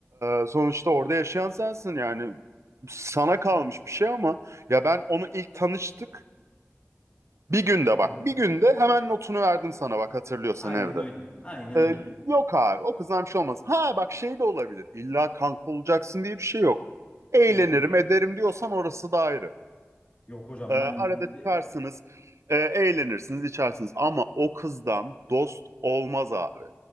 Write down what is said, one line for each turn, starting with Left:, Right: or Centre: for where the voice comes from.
Right: e, sonuçta orada yaşayan sensin yani. Sana kalmış bir şey ama ya ben onu ilk tanıştık. Bir günde bak
Left: Hı hı.
Right: bir günde hemen notunu verdim sana bak hatırlıyorsan
Left: Aynen
Right: evde.
Left: öyle. Aynen
Right: E,
Left: öyle.
Right: yok abi o kızdan bir şey olmaz. Ha bak şey de olabilir. İlla kanka olacaksın diye bir şey yok. Eğlenirim
Left: Hı hı.
Right: ederim diyorsan orası da ayrı.
Left: Yok hocam
Right: Ee, arada
Left: ben
Right: tutarsınız,
Left: e,
Right: e, eğlenirsiniz, içersiniz. Ama o kızdan dost olmaz abi.